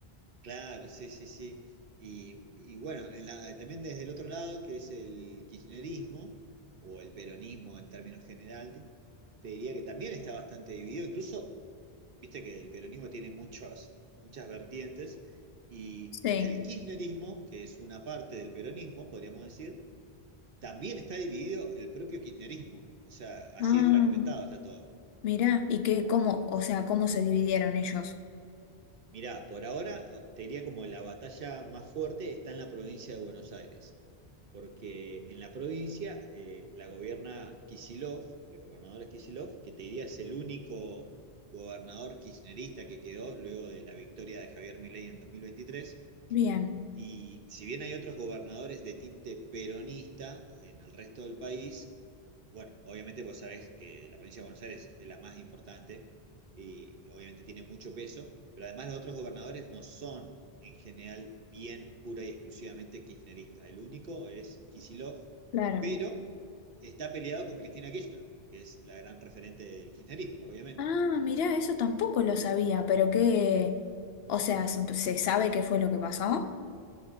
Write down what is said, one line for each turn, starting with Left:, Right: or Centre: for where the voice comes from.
Right: Claro, sí, sí, sí. Y, y bueno, en la- también desde el otro lado, que es el kirchnerismo, o el peronismo en términos generales, te diría que también está bastante dividido. Incluso, viste que el peronismo tiene muchas, muchas vertientes, y
Left: Sí.
Right: el kirchnerismo, que es una parte del peronismo, podríamos decir, también está dividido el propio kirchnerismo. O sea, así
Left: Ah,
Right: de fragmentado está todo.
Left: mirá, y qué, cómo, o sea, cómo se dividieron ellos.
Right: Mirá, por ahora te diría como la batalla más fuerte está en la provincia de Buenos Aires, porque en la provincia eh, la gobierna Kicillof, el gobernador es Kicillof, que te diría es el único gobernador kirchnerista que quedó luego de la victoria de Javier Milei en 2023.
Left: Bien,
Right: Y si bien hay otros gobernadores de tinte peronista en el resto del país, bueno, obviamente vos sabés que la provincia de Buenos Aires es la más importante y obviamente tiene mucho peso, pero además los otros gobernadores no son en general bien pura y exclusivamente kirchnerista. El único es Kicillof,
Left: claro.
Right: pero está peleado con Cristina Kirchner, que es la gran referente del kirchnerismo, obviamente.
Left: Ah, mirá, eso tampoco lo sabía, pero que, o sea, s- ¿se sabe qué fue lo que pasó?